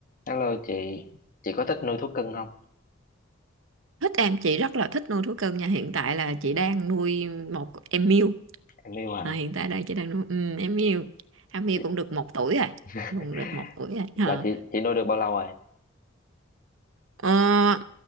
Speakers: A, on the left (about 45°); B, on the right (about 85°).
A: Hello chị, chị có thích nuôi thú cưng không?
B: thích em chị rất là thích nuôi thú cưng nha hiện tại là chị đang nuôi một em miu
A: Em yêu hả?
B: à, hiện tại đây chị đang nuôi ừ, em miu em miu
A: Chị...
B: cũng được một tuổi rồi
A: <laughs>
B: cũng được một tuổi rồi
A: là
B: Ờ.
A: chị chị nuôi được bao lâu rồi?
B: Ờ,